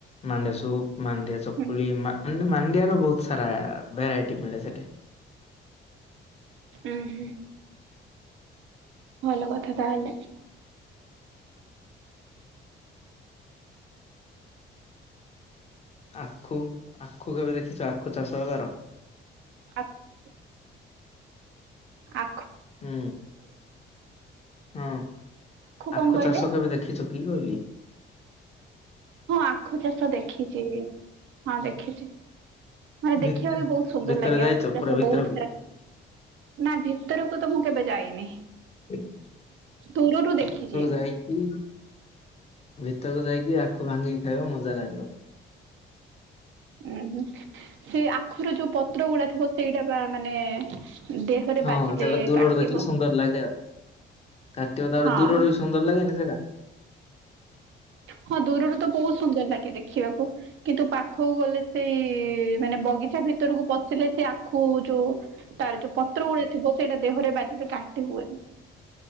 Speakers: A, on the left (about 30°); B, on the right (about 75°).
A: ମାଣ୍ଡିଆ ସୁପ, ମାଣ୍ଡିଆ ଚକୁଳି,
B: ହୁଁ
A: ମା ମାଣ୍ଡିଆ ର ବହୁତ ସାରା ଭେରାଇଟି ମିଳେ ସେଠି।
B: ହୁଁ ହୁଁ। ଭଲ କଥା ତାହେଲେ।
A: ଆଖୁ ଆଖୁ କେବେ ଦେଖିଛୁ ଆଖୁ ଚାଷ ହେବାର?
B: ଆଖୁ ଆ
A: ହୁଁ। ହଁ
B: କଣ
A: ଆଖୁ
B: କହିଲେ
A: ଚାଷ କେବେ ଦେଖିଛ କି କହିଲି?
B: ହଁ ଆଖୁ ଚାଷ ଦେଖିଛି। ହଁ ଦେଖ କିଛି ମାନେ ଦେଖିବା
A: ଭିତରେ
B: ବି ବହୁତ ସୁନ୍ଦର
A: ଭିତରେ
B: ଲାଗେ
A: ଯାଇଛ
B: ଆଖୁ ଚାଷ
A: ପୁରା ଭିତରକୁ
B: ବହୁତ ସାରା। ନା ଭିତର କଥା ତ ମୁଁ କେବେ ଯାଇନି
A: ଭିତରକୁ
B: ଦୂରରୁ ଦେଖିଛି।
A: ଯାଇକି ଭିତରକୁ ଯାଇକି ଆଖୁ ଭାଙ୍ଗିକି ଖାଇବ ମଜା ଲାଗିବ।
B: ଉୁଁ ହୁଁ ସେ ଆଖୁ ର ଯୋଉ ପତ୍ର ଗୁଡା ଥିବ ସେଇଟା ବା ମାନେ ଦେହରେ
A: ହଁ
B: ବାଜିଲେ
A: ସେଜାକ ଦୂରରୁ
B: କାଟିବ
A: ଦେଖିଲେ ସୁନ୍ଦର ଲାଗେ ଆଉ। କତିବ ତା ଆଡୁ
B: ହଁ
A: ଦୂରରୁ ବି ସୁନ୍ଦର ଲାଗେନି ସେଟା।
B: ହଁ ଦୂରରୁ ତ ବହୁତ ସୁନ୍ଦର ଲାଗେ ଦେଖିବାକୁ। କିନ୍ତୁ ପାଖକୁ ଗଲେ ସେଇ ମାନେ ବଗିଚା ଭିତରକୁ ପଶିଲେ ସେ ଆଖୁ ଯୋଉ ତାର ଯୋଉ ପତ୍ର ଗୁଡା ଥିବ ସେଇଟା ଦେହରେ ବାଜିଲେ କାଟି ହୁଏ।